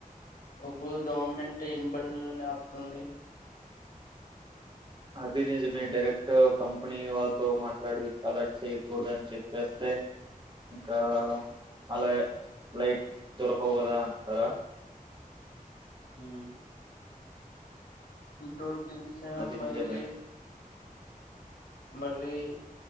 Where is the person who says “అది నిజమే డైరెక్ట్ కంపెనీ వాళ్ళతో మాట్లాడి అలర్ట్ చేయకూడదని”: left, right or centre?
Right